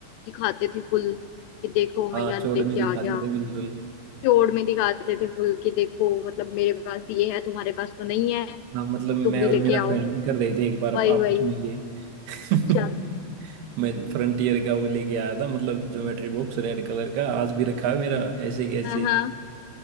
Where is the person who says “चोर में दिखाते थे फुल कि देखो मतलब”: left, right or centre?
Left